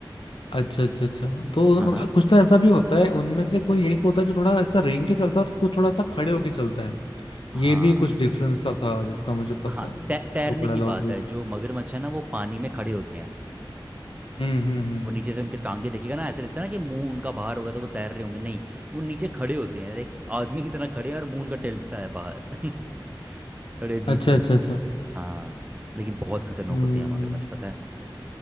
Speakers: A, on the left (about 80°); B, on the right (about 15°).
A: अच्छा अच्छा अच्छा तो उन-
B: हाँ हाँ
A: कुछ तो ऐसा भी होता है उनमें से कोई एक होता है जो थोड़ा ऐसा रेंग के चलता है और कुछ थोड़ा सा खड़े होके चलता है
B: हाँ
A: ये भी कुछ डिफरेंस सा था जितना मुझे पता
B: हाँ
A: है
B: तै, तैरने
A: क्रोकोडाइल
B: की बात
A: और एलिगेटर
B: है जो मगरमच्छ है ना वो पानी में खड़े होते हैं
A: हम्म हम्म हम्म
B: वो नीचे से उनके टांगे देखेगा ना ऐसे लगता है ना कि मुंह उनका बाहर होगा तो वो तैर रहे होंगे नहीं वो नीचे खड़े होते हैं एक आदमी की तरह खड़े हैं और मुंह उनका टिल्ट सा है बाहर <laughs> थोड़े अजीब
A: अच्छा
B: से लगते
A: अच्छा अच्छा
B: हैं हाँ लेकिन बहुत खतरनाक
A: हम्म
B: होते हैं मगरमच्छ पता है